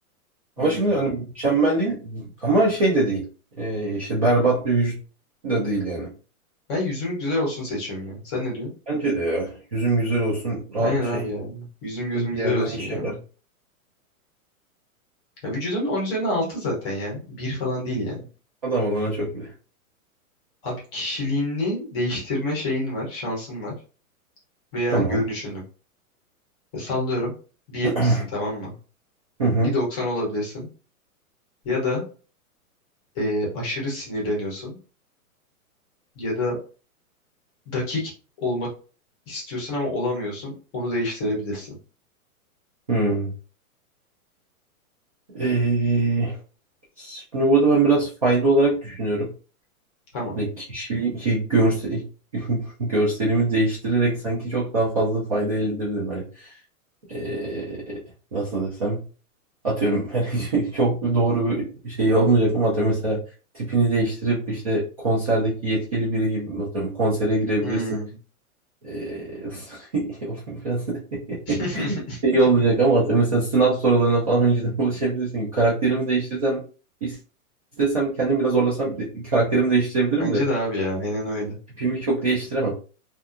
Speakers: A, on the right; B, on the left.
A: Ama
B: Hmm.
A: şimdi hani mükemmel değil ama şey de değil. Ee, işte berbat bir vücut da değil yani.
B: Ben yüzüm güzel olsun seçiyorum ya. Sen ne diyorsun?
A: Bence de ya. Yüzüm güzel olsun. Rahat
B: Aynen abi
A: şey.
B: ya. Yüzüm gözüm
A: Bir
B: güzel
A: yerden
B: olsun
A: iş
B: ya.
A: yapar.
B: Ya vücudun 10 üzerine 6 zaten ya. Bir falan değil yani.
A: Adam olana çok bile.
B: Abi kişiliğini değiştirme şeyin var, şansın var. Veya
A: Tamam.
B: görünüşünü. Ya sallıyorum. bir yetmişsin
A: <clears throat>
B: tamam mı?
A: Hı hı.
B: Bir doksan olabilirsin. Ya da e, aşırı sinirleniyorsun. ya da dakik olmak istiyorsun ama olamıyorsun. Onu değiştirebilirsin.
A: Hı. Ee, şimdi burada ben biraz fayda olarak düşünüyorum.
B: Tamam.
A: Hani kişiliği, şey, görse, <laughs> görselimi değiştirerek sanki çok daha fazla fayda elde edebilirim. Hani ee, nasıl desem. Atıyorum <laughs> hani çok doğru bir şey olmayacak ama atıyorum mesela tipini değiştirip işte konserdeki yetkili biri gibi atıyorum konsere girebilirsin.
B: Hmm.
A: Ee, <laughs> o biraz
B: <laughs>
A: <laughs> şey olacak ama atıyorum mesela sınav sorularına falan önceden <laughs> ulaşabilirsin. Karakterimi değiştirsem is- istesem kendim biraz zorlasam de- karakterimi değiştirebilirim
B: Bence
A: de
B: de abi ya. Aynen öyle.
A: tipimi çok değiştiremem.